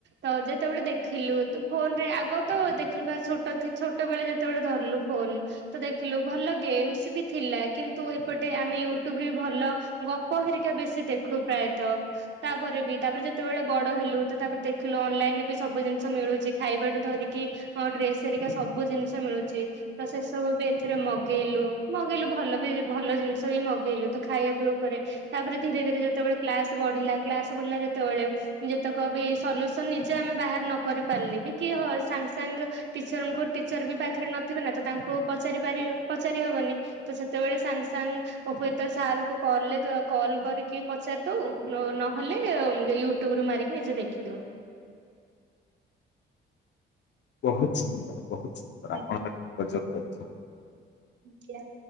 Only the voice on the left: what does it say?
ବହୁତ୍ ସୁନ୍ଦର୍ ବହୁତ୍ ସୁନ୍ଦର୍
ଆପଣ ତାକୁ ଉପଯୋଗ କରିବେ।